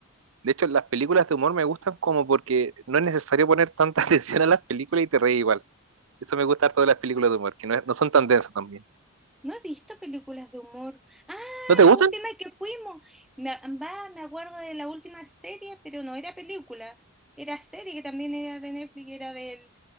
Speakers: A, on the right; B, in the centre.
A: De hecho, las películas de humor me gustan como porque no es necesario poner tanta <laughs> atención a las películas y te reí igual. Eso me gusta harto de las películas de humor, que no, es- no son tan densas también.
B: No he visto películas de humor. Ah,
A: ¿No te
B: la
A: gustan?
B: última que fuimos. Me, va, me acuerdo de la última serie, pero no era película. Era serie que también era de Netflix, era del,